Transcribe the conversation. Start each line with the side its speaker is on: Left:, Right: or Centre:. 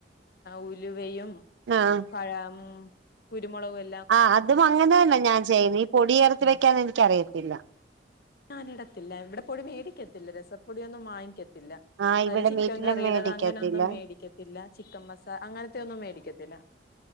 Left: ഉലുവയും
Right: ആഹ്
Left: <unintelligible> കുരുമുളക്കും എ
Right: ആഹ് അതും അങ്ങനെ തന്നെ ഞാൻ ചെയ്യുന്ന ഈ പൊടിയേർത്തി
Left: ഉം
Right: വെക്കാന്ന് എനിക്ക്‌ അറിയത്തില്ല
Left: ഞാനിടത്തില്ല ഇവിടെ പൊടി മേടിക്കത്തില്ല രസപ്പൊടിയൊന്നും വാങ്ങിക്കത്തില്ല
Right: ആഹ് ഇവിടെ
Left: അതില് ചിക്കൻ
Right: വീട്ടിലും
Left: കറിയുടെ
Right: മേടിക്കത്തില്ല
Left: അത് അങ്ങനെയൊന്നും മേടിക്കത്തില്ല ചിക്കൻ മസാല അങ്ങനത്തെ ഒന്നും മേടിക്കത്തില്ല